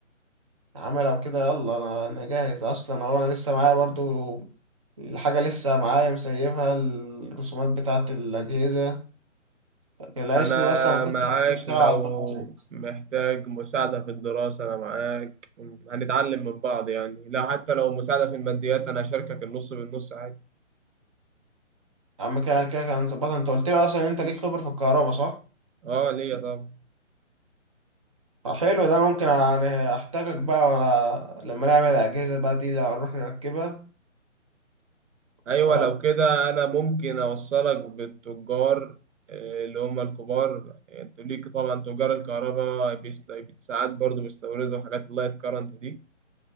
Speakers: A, on the right (about 25°); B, on the right (about 70°).
A: عمل او كده يلا انا انا جاهز اصلا هو انا لسه معايا برضو الحاجة لسه معايا مسيبها الرسومات بتاعة الاجهزة كان ناقص
B: انا
A: لي بس انا كنت
B: معاك
A: عايز اشتغل
B: لو
A: على الباكجينج
B: محتاج مساعدة في الدراسة انا معاك هنتعلم من بعض يعني لا حتى لو مساعدة في الماديات انا اشاركك النص بالنص عادي
A: اما كده كده كان ظبطها انت قلت لي اصلا انت ليك خبرة في الكهرباء صح؟
B: اه ليا طبعا
A: فحلو ده أنا ممكن يعني احتاجك بقى وأنا- لما نعمل الاجهزة بقى دي لو هنروح نركبها
B: ايوه
A: ف
B: لو كده انا ممكن اوصلك بالتجار آه، اللي هم الكبار يعني انت ليك طبعا تجار الكهرباء بيست- ساعات برضو بيستوردوا حاجات اللايت كارنت دي